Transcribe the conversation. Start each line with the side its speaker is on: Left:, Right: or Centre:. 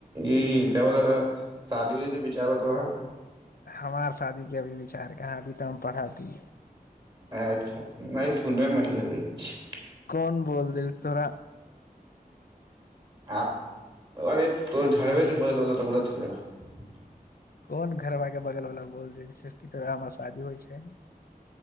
Right: ई ब शादी ओ री बिचारब तोहर
Left: हमार शादीके अभी विचार कहाँ अभी तऽ हम पढ़ती
Right: अच्छा नहि सुनैमे लै छै
Left: कोन बोल देल तौरा
Right: आ अरे तो झड़बे बल बला तऽ बोल <unintelligible>
Left: कोन घरबाके बगल वला बोल देल छै की तोरा हमरा शादी होइ छै